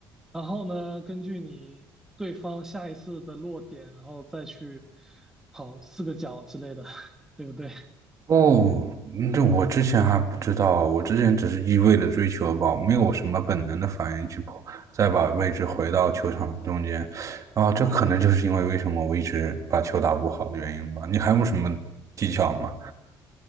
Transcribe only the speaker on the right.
哦，嗯这我之前还不知道，我之前只是一味的追求吧，没有什么本能的反应去跑，再把位置回到球场中间，啊，这可能就是因为为什么我一直把球打不好的原因吧。你还有什么技巧吗？